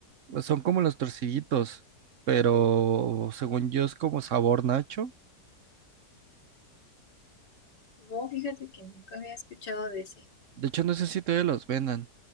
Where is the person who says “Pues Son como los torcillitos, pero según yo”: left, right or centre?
Right